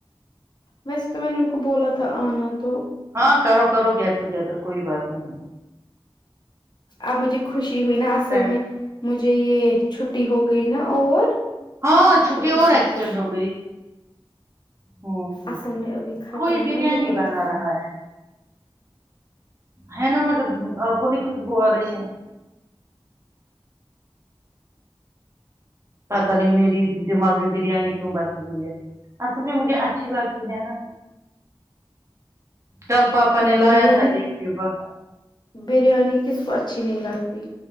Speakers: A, on the left; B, on the right.
A: ویسے تو میں نے ان کو بولا تھا آنا تو
B: ہاں کرو کرو گیٹ ٹوگیدر کوئی بات نہیں ہے
A: اب مجھے خوشی ہوئی نا اصل
B: فرینڈ
A: میں مجھے یہ چھٹی ہو گئی نا اور
B: ہاں چھٹی
A: تو
B: اور
A: اسی
B: ایکسٹینڈ
A: خوشی
B: ہو
A: میں
B: گئی ہاں
A: اصل میں ابھی خطرہ
B: کوئی
A: ہے
B: بریانی
A: نا بہت
B: بنا رہا ہے ہے نا مگر آپ کو نہیں خوشبو آ رہی ہے پتہ نہیں میری دماغ میں بریانی کیوں بسی ہوئی ہے اصل میں مجھے اچھی لگتی ہے نا کل پاپا
A: ہاں
B: نے لایا
A: بریانی
B: تھا ایک ڈبا
A: بریانی کس کو اچھی نہیں لگتی